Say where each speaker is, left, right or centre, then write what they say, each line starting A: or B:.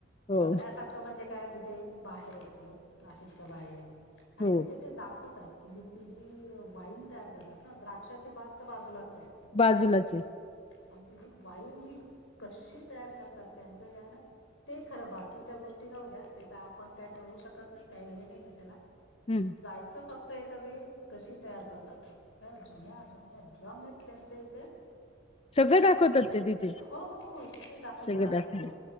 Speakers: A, on the left; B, on the left.
A: हो
B: बघण्यासारखं म्हणजे काय तिथे बाहेर आहे. त नाशिकच्या बाहेर हे, आणि
A: हो
B: तिथे ते दाखवतात कि तुझी वाईन तयार करतात ना द्राक्षाची बाग तर बाजूलाच आहे.
A: बाजूलाच ये.
B: आणि ती जी वाईन जी कशी तयार करतात, त्यांच जे आहे ना ते खरं, बाकीच्या गोष्टी जाऊ द्या, ते तर आपण काय करू शकत नाही काय हे नाहीे हे त्याला.
A: हम्म
B: जायचं फक्त एखादी कशी तयार करतात त्या जुन्या, जुन्या ड्रम आहेत त्यांच्या इथे.
A: सगळे दाखवतात ते तिथे?
B: हो हो हो, सगळे दाखवता
A: सगळं
B: आतमध्ये
A: दाखव